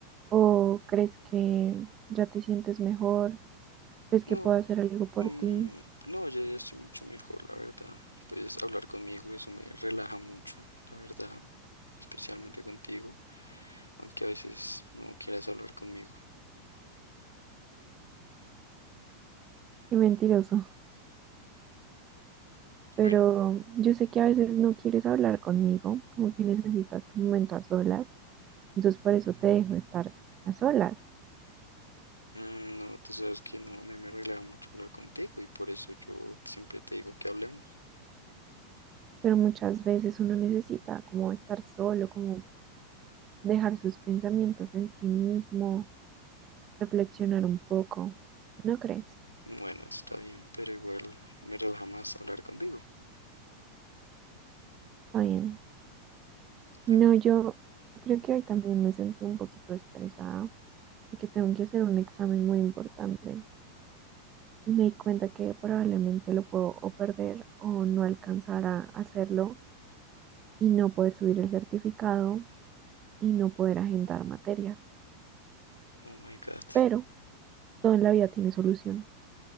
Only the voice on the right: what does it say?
o crees que ya te sientes mejor? ¿Crees
que puedo hacer algo por
ti?
Qué mentiroso. <laughs> Pero
yo sé que a veces no quieres hablar conmigo, como que necesitas tu momento a solas. Entonces por eso te dejo estar a solas.
pero muchas veces uno necesita como estar solo, como dejar sus pensamientos en sí mismo, reflexionar un poco, ¿no crees?
Está bien.
No, yo creo que hoy también me sentí un poquito estresada porque tengo que hacer un examen muy importante y me di cuenta que probablemente lo puedo o perder o no alcanzar a hacerlo y no poder subir el certificado y no poder agendar materias.
Pero todo en la vida tiene solución,